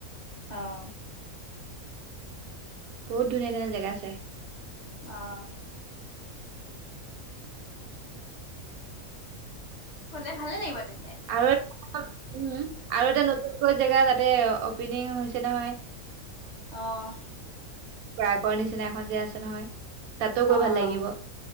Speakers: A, on the left; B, on the right.
A: অঁ
B: বহুত ধুনীয়া ধুনীয়া জেগা আছে
A: আহ গলে ভালে লাগিব তে
B: আৰু এটা উম আৰু এটা ক জেগা তাতে অপেনিং হৈছে নহয়
A: অঁ।
B: প্ৰয়াকৰ নিচিনা এখন যে আছে নহয়। তাতো গৈ
A: অ',
B: ভাল লাগিব।